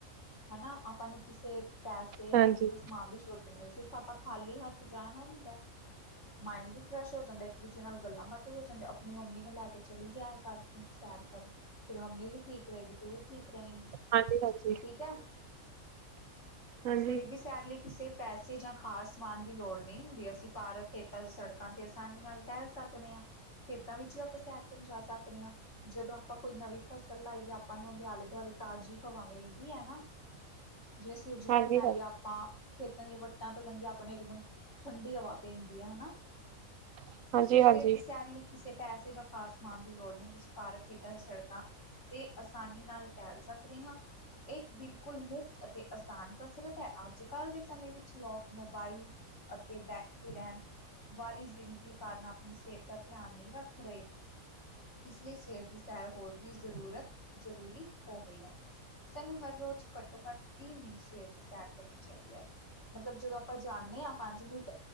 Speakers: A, on the left; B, on the right.
A: ਹਨਾ ਆਪਾਂ ਨੂੰ ਕਿਸੇ ਪੈਸੇ
B: ਹਾਂਜੀ
A: ਜਾਂ ਕਿਸੇ ਸਮਾਨ ਦੀ ਜ਼ਰੂਰਤ ਸਿਰਫ਼ ਆਪਾਂ ਖਾਲੀ ਹੱਥ ਜਾਣਾ ਹੁੰਦਾ ਐ। ਮਾਇੰਡ ਵੀ ਫਰੈਸ਼ ਹੋ ਜਾਂਦਾ ਐ, ਇੱਕ ਦੂਜੇ ਨਾਲ ਗੱਲਾਂ ਬਾਤ ਵੀ ਹੋ ਜਾਂਦੀ ਆਪਣੀ ਮੰਮੀ ਨੂੰ ਲੈ ਕੇ ਚਲੀ ਜਾਇਆ ਕਰ ਤੁੰ। ਸੈਰ ਕਰਨ ਤੇਰੀ ਮੰਮੀ ਵੀ ਠੀਕ ਰਹੇਗੀ, ਤੂੰ ਵੀ ਠੀਕ ਰਹੇਗੀ।
B: ਹਾਂਜੀ- ਹਾਂਜੀ।
A: ਠੀਕ ਹੈ,
B: ਹਾਂਜੀ
A: ਸਵੇਰ ਦੀ ਸੈ- ਸੈਰ ਲਈ ਕਿਸੇ ਪੈਸੇ ਜਾਂ ਖਾਸ ਸਮਾਨ ਦੀ ਲੋੜ ਨਹੀਂ ਹੁੰਦੀ ਐ ਅਸੀਂ ਪਾਰਕ, ਖੇਤਾਂ, ਸੜਕਾਂ ਤੇ ਆਸਾਨੀ ਨਾਲ ਟਹਿਲ ਸਕ- ਸਕਦੇ ਹਾਂ, ਖੇਤਾਂ ਵਿੱਚ ਵੀ ਆਪਾਂ ਸੈਰ ਕਰਨ ਜਾ ਸਕਦੇ ਹਾਂ। ਜਦੋਂ ਆਪਾਂ ਕੋਈ ਨਵੀਂ ਫ਼ਸਲ ਲਾਈਏ, ਆਪਾਂ ਨੂੰ ਹਦੇ ਆਲੇ ਦੁਆਲੇ ਤਾਜ਼ੀ ਹਵਾ ਮਿਲ ਹੈ ਨਾ, ਜਿਵੇਂ ਸੂਰਜਮੁਖਲਾਾਈਏ
B: ਹਾਂਜੀ
A: ਆਪਾਂ ਖੇਤਾਂ ਦੀਆਂ ਵੱਟਾਂ ਤੋਂ ਲੰਘਿਆ, ਆਪਣੇ ਇੱਕਦਮ ਠੰਢਡੀ ਹਵਾ ਪੈਂਦੀ ਹੈ ਹਨਾ,
B: ਹਾਂਜੀ
A: ਸੋ ਸਵੇਰ
B: ਹਾਂਜੀ ਹਾਂਜੀ
A: ਦੀ ਸੈਰ ਲਈ ਕਿਸੇ ਪੈਸੇ ਜਾਂ ਖਾਸ ਸਮਾਨ ਦੀ ਲੋੜ ਨਹੀਂ ਹੁੰਦੀ। ਪਾਰਕ, ਖੇਤਾ, ਸੜਕਾਂ ਤੇ, ਆਸਾਨੀ ਨਾਲ ਟਹਿਲ ਸਕਦੇ ਹਾਂ। ਇਹ ਬਿਲਕੁਲ ਮੁਫ਼ਤ ਅਤੇ ਆਸਾਨ ਕਸਰਤ ਹੈ। ਅੱਜ ਕੱਲ੍ਹ ਦੇ ਸਮੇਂ ਵਿੱਚ ਲੋਕ ਮੋਬਾਈਲ ਅਤੇ, ਬੈਠੇ ਰਹਿਣ ਵਾਲੀ ਜ਼ਿੰਦਗੀ ਕਾਰਨ, ਆਪਣੀ ਸਿਹਤ ਦਾ ਧਿਆਨ ਨਹੀਂ ਰੱਖ ਰਹੇ। ਇਸ ਲਈ ਸਵੇਰ ਦੀ ਸੈਰ, ਹੋਰ ਵੀ ਜ਼ਰੂਰਤ, ਜ਼ਰੂਰੀ ਹੋ ਗਈ ਹੈ। ਸਾਨੂੰ ਹਰ ਰੋਜ਼ ਘੱਟੋ ਘੱਟ, ਤੀਹ ਮਿੰਟ ਸਵੇਰ ਦੀ ਸੈਰ ਕਰਨੀ ਚਾਹੀਦੀ ਹੈ। ਮਤਲਬ ਜਦੋਂ ਆਪਾਂ ਜਾਂਦੇ ਹਾਂ, ਪੰਜ ਮਿੰਟ